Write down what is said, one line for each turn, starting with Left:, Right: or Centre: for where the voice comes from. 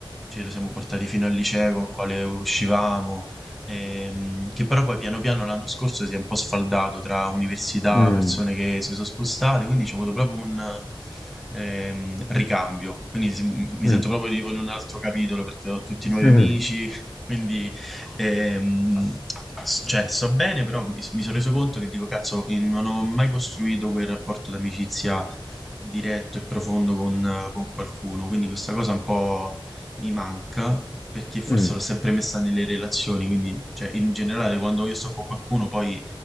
Centre: ce lo siamo portati fino al liceo, con il quale uscivamo, ehm, che però poi piano piano l'anno scorso si è un po' sfaldato tra università,
Left: mm, mm,
Centre: persone che si sono spostate, quindi ho avuto proprio un ehm, ricambio. Quindi si- mi
Left: mm,
Centre: sento proprio tipo in un altro capitolo perché ho tutti nuovi
Left: mm.
Centre: amici, <laughs> quindi Ehm, s- cioè, sto bene, però mi, mi sono reso conto che dico, cazzo, eh, non ho mai costruito quel rapporto d'amicizia diretto e profondo con, eh, con qualcuno, quindi questa cosa un po' mi manca, perché forse
Left: mm.
Centre: l'ho sempre messa nelle relazioni, quindi, cioè, in generale, quando io sto con qualcuno, poi